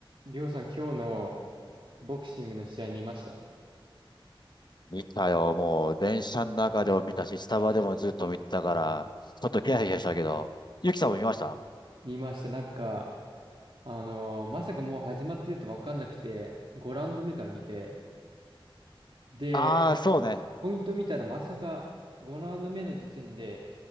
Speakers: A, on the right; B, on the left.
A: りょうさん、今日のボクシングの試合見ました
B: 見たよ。もう、電車の中でも見たし、スタバでもずっと見てたから、ちょっとヒヤヒヤしたけど。ゆきさんも見ました
A: 見ました。なんか、あのーまさかもう始まってると分かんなくて、5ラウンド目から見て、で、
B: ああー、そうね。
A: ポイント見たらまさか5ラウンド目の時点で、